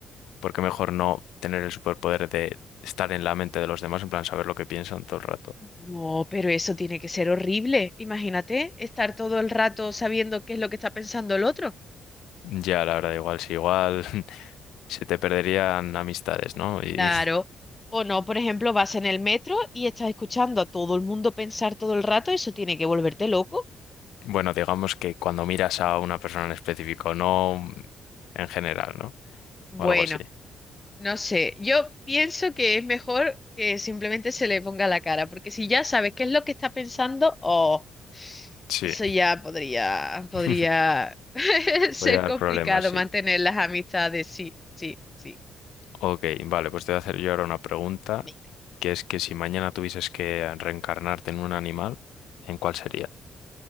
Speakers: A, on the left; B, on the left.
A: por qué mejor no tener el superpoder de estar en la mente de los demás, en plan saber lo que piensan todo el rato?
B: No, pero eso tiene que ser horrible. Imagínate estar todo el rato sabiendo qué es lo que está pensando el otro.
A: Ya, la verdad, igual, si igual <laughs> se te perderían amistades, ¿no? Y
B: Claro.
A: <laughs>
B: O no, por ejemplo, vas en el metro y estás escuchando a todo el mundo pensar todo el rato, eso tiene que volverte loco.
A: bueno, digamos que cuando miras a una persona en específico, no en general, ¿no?
B: Bueno,
A: O algo así.
B: no sé, yo pienso que es mejor que simplemente se le ponga la cara, porque si ya sabes qué es lo que está pensando, oh.
A: Sí,
B: Eso ya podría, podría
A: <laughs>
B: <laughs> ser
A: voy a dar
B: complicado
A: problemas, sí.
B: mantener las amistades, sí, sí, sí.
A: Ok, vale, pues te voy a hacer yo ahora una pregunta,
B: Venga.
A: que es que si mañana tuvieses que reencarnarte en un animal, ¿en cuál sería?